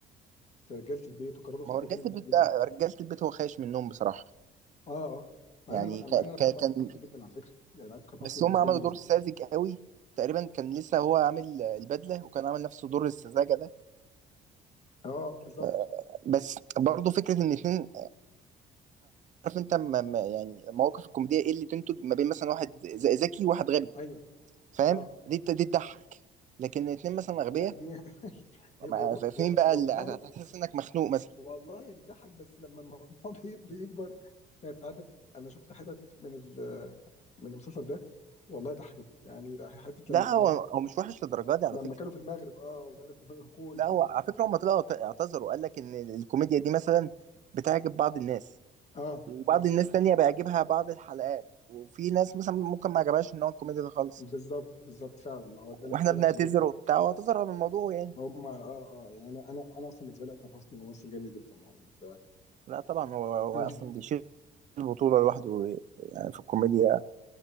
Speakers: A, on the left; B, on the right.
A: في رجاله البيت وكرروا في
B: ما
A: حاجه
B: هو رجاله
A: تانيه تقريبا
B: البيت ده رجاله البيت هو خايش منهم بصراحه
A: اه اه مع
B: يعني
A: ان انا بقى-
B: ك...
A: مع ان انا
B: ك...
A: بحب
B: كان
A: اكرم حسني جدا على فكره يعني اكرم حسني
B: بس
A: بالنسبه
B: هم عملوا
A: لي
B: دور ساذج قوي تقريبا كان لسه هو عامل البدله وكان عامل نفسه دور السذاجه ده
A: اه بالظبط
B: آه، بس برضه فكره ان اتنين عارف انت ما ما- يعني مواقف الكوميديا ايه اللي تنتج ما بين مثلا واحد ذ- ذكي وواحد غبي
A: ايوه
B: فاهم
A: اه اه
B: دي ت- دي تضحك لكن اتنين مثلا اغبياء
A: لا دي <laughs> هي-
B: ما-
A: والله
B: ف- فين
A: و-
B: بقى
A: والله
B: اللي هت- هت- هتحس انك مخنوق مثلا
A: والله هي بتضحك بس لما الموضوع <laughs> بي- بيكبر يعني انت عارف انا شفت حتت من ال من المسلسل ده والله ضحكتني يعني حته
B: لا
A: لما لما
B: هو هو مش وحش للدرجه دي على
A: لما
B: فكره
A: كانوا في المغرب اه ومش عارف <laughs> كول
B: لا هو على فكره هم طلعوا اعت- اعتذروا وقال لك ان الكوميديا دي مثلا بتعجب بعض الناس
A: اه
B: وبعض
A: اه
B: الناس تانية بيعجبها بعض الحلقات وفي ناس مثلا ممكن ما عجبهاش ان هو الكوميديا ده خالص
A: بالظبط بالظبط فعلا ما هو ده اللي
B: واحنا
A: كنت اقول
B: بنعتذر
A: لك عليه
B: وبتاع واعتذر عن الموضوع يعني
A: هم اه اه يعني انا انا انا اصلا بالنسبه لي اكرم حسني ممثل جامد جدا يعني ف
B: لا طبعا هو هو
A: آه.
B: اصلا بيشيل البطولة لوحده يعني في الكوميديا